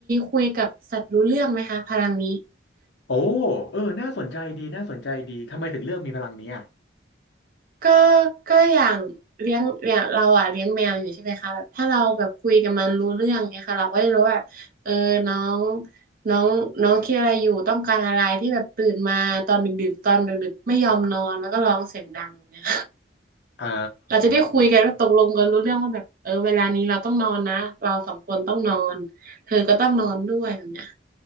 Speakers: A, on the right; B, on the left.
A: คุยกับสัตว์รู้เรื่องไหมคะพลังนี้
B: โอ้เออน่าสนใจดีน่าสนใจดีทำไมถึงเลือกมีพลังนี้อ่ะ
A: ก็ก็อย่างเลี้ยงอย่างเราอ่ะเลี้ยงแมวอยู่ใช่ไหมคะแบบถ้าเราแบบคุยกับมันรู้เรื่องเนี่ยค่ะเราก็จะรู้ว่าเออน้องน้องน้องคิดอะไรอยู่ต้องการอะไรที่แบบตื่นมาตอนดึกๆตอนดึกๆไม่ยอมนอนแล้วก็ร้องเสียงดังแบบเนี่ย
B: อ๋อ
A: เราจะได้คุยกันว่าตกลงกันรู้เรื่องว่าแบบเออเวลานี้เราต้องนอนนะเราสองคนต้องนอนเธอก็ต้องนอนด้วยแบบเนี้ย